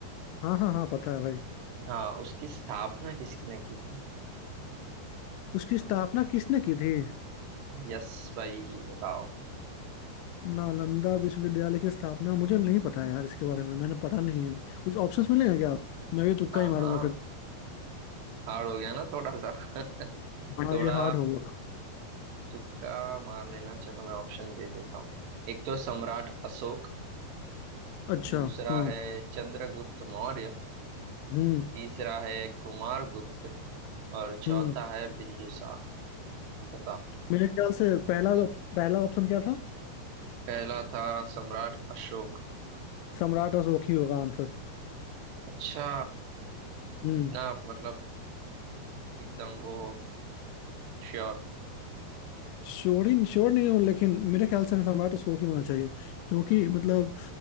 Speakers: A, on the left (about 80°); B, on the right (about 75°).
A: हाँ हाँ हाँ पता है भाई
B: हाँ उसकी स्थापना किसने की थी
A: उसकी स्थापना किसने की थी
B: यस भाई बताओ
A: नालंदा विश्वविद्यालय की स्थापना मुझे नहीं पता है यार इसके बारे में मैंने पढ़ा नहीं है कुछ ऑप्शंस मिलेंगे क्या मैं भी तुक्का
B: हाँ
A: ही मारूंगा
B: हाँ
A: फिर
B: हार्ड हो गया ना थोड़ा सा <laughs>
A: हाँ
B: थोड़ा
A: ये हार्ड हो गया
B: तुक्का मार लेना चलो मैं ऑप्शन दे देता हूँ एक तो सम्राट अशोक
A: अच्छा
B: दूसरा
A: हाँ
B: है चंद्रगुप्त मौर्य
A: हम्म
B: तीसरा है कुमार गुप्त और चौथा
A: हम्म
B: है बिंदुसार बताओ
A: मेरे ख्याल से पहला पहला ऑप्शन क्या था
B: पहला था सम्राट अशोक
A: सम्राट अशोक ही होगा आंसर
B: अच्छा
A: हम्म
B: इतना आप मतलब एकदम वो श्योर
A: श्योर ही श्योर नहीं हूँ लेकिन मेरे ख्याल से सम्राट अशोक ही होना चाहिए क्योंकि मतलब